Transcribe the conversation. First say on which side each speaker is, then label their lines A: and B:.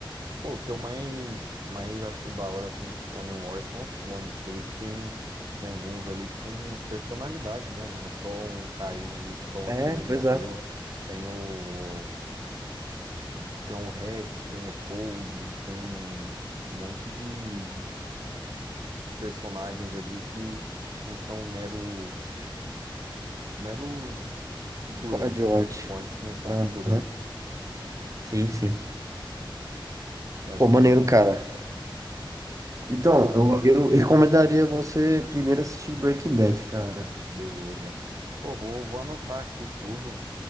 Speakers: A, on the right; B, on the right.
A: Pô, o que eu mais, mais acho da hora, assim, de Clone Wars são os clones, que eles têm... Tem alguns ali que têm personalidade, né? Não é só um carinha ali que toma
B: É,
A: tiro e morreu.
B: pois é.
A: Tem o... Tem o Rex, tem o Cold, tem um monte de, personagens ali que não são meros, meros figurantes,
B: Coadjuvante.
A: muitos clones que não são
B: Aham,
A: figurantes.
B: Sim, sim.
A: É
B: Pô,
A: bem
B: maneiro,
A: legal.
B: cara. Então, eu, eu recomendaria você primeiro assistir Breaking Bad, cara.
A: Beleza. Pô, vou, vou anotar aqui tudo.